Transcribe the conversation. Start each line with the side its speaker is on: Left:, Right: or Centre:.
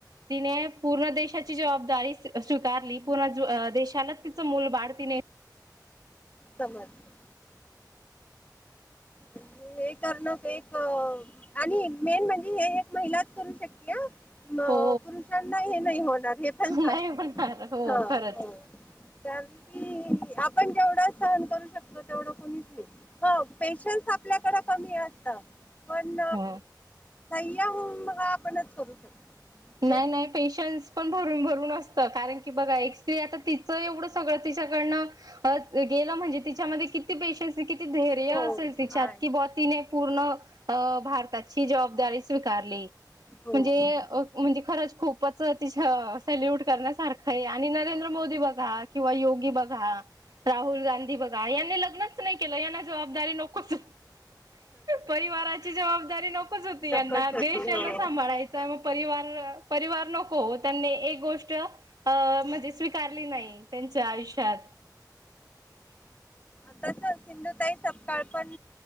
Right: तिने पूर्ण देशाची जबदारी स्वीकारली पण - शाला तिचं मूलबाळ तीने-
Left: समजलं. म्हणजे हे करणं एक आणि मेन म्हणजे हे एक महिलाच करू शकते हा. मग
Right: हो.
Left: पुरुषांना हे नाही होणार हे पण सांग-
Right: नाही होणार हो
Left: हा
Right: खरंच.
Left: हो कारण की आपण जेवढं- सहन करू शकतो तेवढं कुणीच नाही हो पेशन्स आपल्याकडे कमी आहे असतात. पण
Right: हो.
Left: सह्या होऊन बघा आपणच करू शकतो.
Right: नाही
Left: तेच
Right: नाही पेशन्स पण भरून भरून असतं कारण, की बघा एक स्री आता तिचं एवढं सगळं तिच्याकडन गेल म्हणजे तिच्यामध्ये किती पेशन्स. धैर्य
Left: हो
Right: असेल तिच्यात
Left: आहे
Right: कि ब तिने पूर्ण अ भारताची जबाबदारी. स्वीकारली
Left: हो
Right: म्हणजे
Left: हो, बरोबर
Right: म्हणजे खरंच खूपच ति सेल्यूट करण्यासारखं आहे आणि नरेंद्र मोदी बघा किंवा य गी बघा राहुल गांधी बघा यांनी लग्नच नाही केलं यांना जबाबदारी नकोच ह परिवाराची जबाबदारी नकोच होती यांना
Left: नकोच होती
Right: देश यांना
Left: हो
Right: सांभाळायचय मग परिवार परिवार नको त्यांनी एक गोष्ट अ म्हणजे स्वीकारली नाही त्यांच्या आयुष्यात
Left: आता सिंधूताई सपकाळ पण